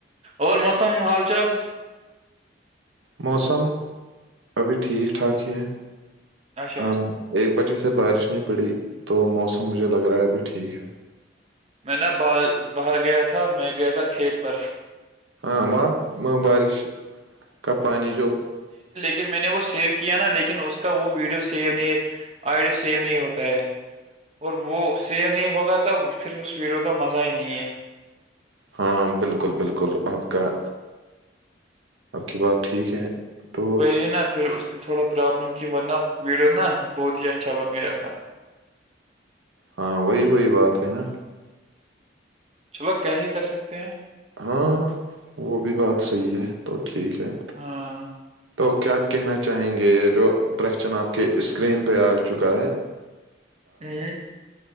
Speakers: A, on the right; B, on the right.
A: اور موسم حال چال
B: موسم ابھی ٹھیک ٹھاک ہی ہے
A: اچھا
B: ہاں ایک بجہ سے بارش نہیں پڑی تو موسم مجھے لگ رہا ہے ابھی ٹھیک ہے
A: میں نا بال باہر گیا تھا میں گیا تھا کھیت پر
B: ہاں وہاں بارش کا پانی جو
A: کہ میں نے وہ سیو کیا نا لیکن اس کا وہ ویڈیو سیو نہیں ہے آڈیو سیو نہیں ہوتا ہے اور وہ سیو نہیں ہوگا تو پھر اس ویڈیو کا مزہ ہی نہیں ہے
B: ہاں بالکل بالکل آپ کا آپ کی بات ٹھیک ہے تو
A: وہی نا پھر اس نے تھوڑا پرابلم کی ورنہ ویڈیو نا بہت ہی اچھا بن گیا تھا
B: ہاں وہی وہی بات ہے نا
A: چلو کیا ہی کر سکتے ہیں
B: ہاں وہ بھی بات صحی ہے تو ٹھیک ہے
A: ہاں
B: تو کیا کہنا چاہیں گے یہ جو پشن آپ کے اسکرین پہ آ چکا ہے
A: ہوں،